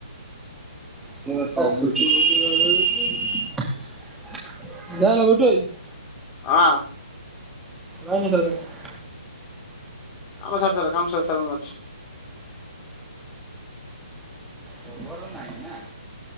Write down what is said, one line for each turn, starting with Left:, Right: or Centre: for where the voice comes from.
Centre: ଜାଣିଲ ବିଟୁ ଭାଇ
Left: ଅଁ,
Centre: ନାଇଁ ହେଇ <unintelligible>
Left: କାମ ସାର୍ ସାର୍ କାମ ସର୍ ସାର୍ ମୁଁ ଅଛି।
Centre: କଭର ନାଇଁ ନା।